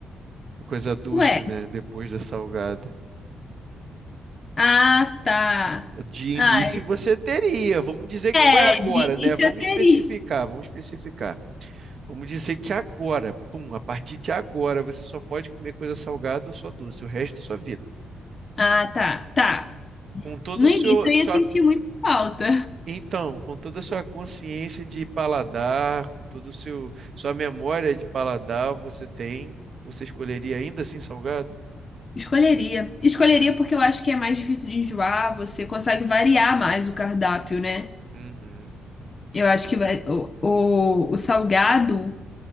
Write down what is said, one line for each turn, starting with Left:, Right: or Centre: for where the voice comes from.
Right: uma coisa doce,
Left: Ué,
Right: né? Depois da salgada.
Left: ah, tá.
Right: De
Left: Ah,
Right: início você teria, vamos dizer
Left: é,
Right: que foi agora,
Left: de início
Right: né? Vamos
Left: eu teria.
Right: especificar, vamos especificar. Vamos dizer que agora, pum, a partir de agora você só pode comer coisa salgada ou só doce, o resto da sua vida.
Left: Ah, tá, tá.
Right: Com todo
Left: No
Right: o
Left: início
Right: seu,
Left: eu ia
Right: sua,
Left: sentir muita falta.
Right: Então, com toda a sua consciência de paladar, com todo o seu sua memória de paladar, você tem, você escolheria ainda assim salgado?
Left: Escolheria. Escolheria
Right: É.
Left: porque eu acho que é mais difícil de enjoar, você consegue variar mais o cardápio, né?
Right: Uhum.
Left: Eu acho que vai- o, o, o salgado.